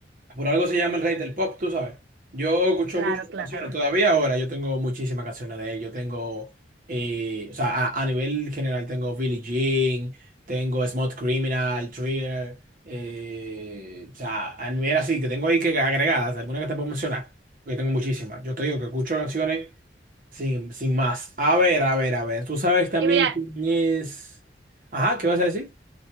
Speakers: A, on the right (about 45°); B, on the right (about 70°).
A: Por algo se llama el rey del pop, tú sabes. Yo escucho
B: Claro,
A: muchas
B: claro.
A: canciones todavía ahora. Yo tengo muchísimas canciones de él. Yo tengo, eh, o sea, a, a nivel general tengo Billie Jean, tengo Smooth Criminal, Thriller. eh, o sea, a nivel así, que tengo ahí que agregadas, algunas que te puedo mencionar, porque tengo muchísimas. Yo te digo que escucho canciones sin, sin más. A ver, a ver, a ver. Tú sabes también
B: Y mira,
A: quién es... Ajá, ¿qué vas a decir?